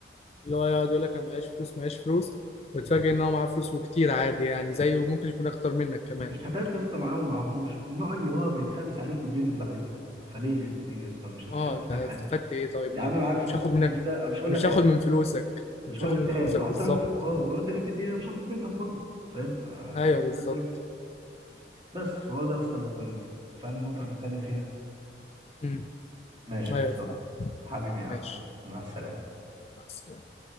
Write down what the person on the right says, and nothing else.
مش حكايه يا اسطى معاه ومعهوش النوع اللي هو بيتخابس عليك وبيكذب عليك ده فليه ليه يا اسطى انا مش هستفاد
منك
حاجه
يا
عم
معاك فلوس
قد
كده انا مش هقول
لك
هات
مش
هقول
لك
هات
وحتى
لو انت اه ولو انت جيت تديني انا مش هاخد منك برضه فاهم آه الحمد
لله الدنيا بس فهو ده اصلا اللي كان فاهم النقطه اللي بتكلم فيها
ماشي
يا مصطفى
حبيبي يا عم
مع السلامة